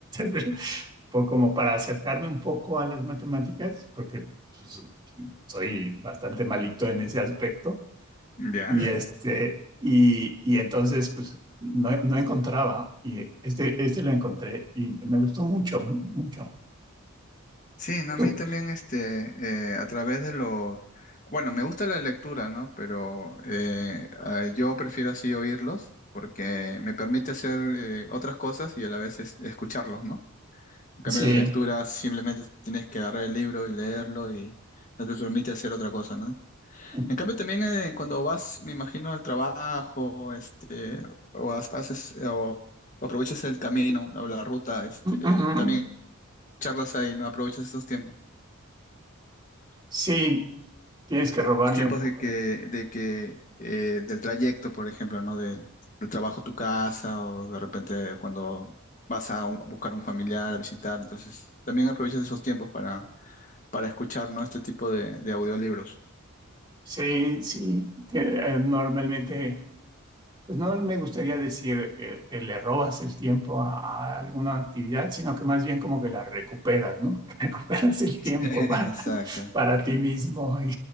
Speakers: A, on the right; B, on the left.
A: <laughs> po- como para acercarme un poco a las matemáticas, porque pues, soy bastante malito en ese aspecto.
B: Ya.
A: Y, este, y, y entonces, pues, no, no encontraba. Y este, este lo encontré y me gustó mucho, mucho.
B: Sí, no, a
A: Tú,
B: mí también, este, eh, a través de los. Bueno, me gusta la lectura, ¿no? Pero eh, ah, yo prefiero así oírlos porque me permite hacer eh, otras cosas y a la vez es- escucharlos, ¿no? En cambio,
A: Sí.
B: la lectura simplemente tienes que agarrar el libro y leerlo y no te permite hacer otra cosa, ¿no?
A: Ujú,
B: En cambio, también eh, cuando vas, me imagino, al trabajo, este, o ha- haces, eh, o aprovechas el camino, la, la ruta, este,
A: ujú.
B: también charlas ahí, ¿no? Aprovechas esos tiempos,
A: Sí, tienes que robarle
B: los tiempos
A: un poco
B: de que,
A: de ti.
B: de que, eh, del trayecto, por ejemplo, ¿no? Del, del trabajo a tu casa, o de repente cuando vas a, un- a buscar a un familiar, a visitar, entonces también aprovechas esos tiempos para para escuchar, ¿no? Este tipo de, de audiolibros.
A: Sí, sí. Ti- eh, Normalmente, pues no me gustaría decir que, que le robas el tiempo a, a alguna actividad, sino que más bien como que la recuperas, ¿no? <laughs> Recuperas el tiempo
B: <laughs> Exacto.
A: para, para ti mismo y,